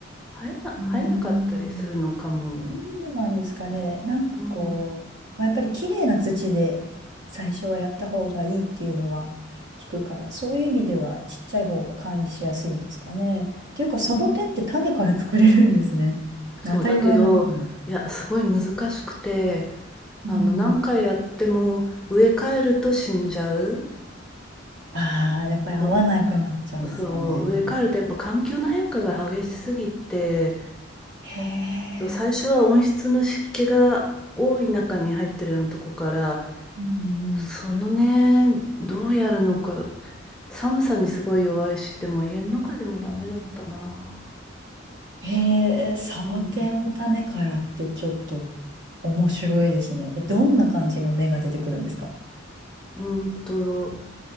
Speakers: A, in the centre; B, on the right (about 65°).
A: 生えな生えなかったりするのかも。
B: うん、そうなんですかね。なんかこう、
A: うん、
B: まあ、やっぱり綺麗な土で最初はやった方がいいっていうのは聞くから、そういう意味ではちっちゃい方が管理しやすいんですかね。っていうか、サボテンって種から作れるんですね。
A: うん。そう、
B: 当たり前なのかな。
A: だけど、いや、すごい難しくて、
B: うん。
A: あの、何回やっても植え替えると死んじゃう。
B: ああ、やっぱり合わなくなっちゃうんですかね。
A: そう、そう、植え替えるとやっぱ環境の変化が激しすぎて、
B: へえ。
A: そう、最初は温室の湿気が多い中に入ってるようなとこから、
B: うん
A: そのね、どうやるのか、寒さにすごい弱いし、でも家の中でもダメだったな。
B: うんへえ、サボテンを種からってちょっと
A: うん。
B: 面白いですね。え、どんな感じの芽が出てくるんですか
A: うんと、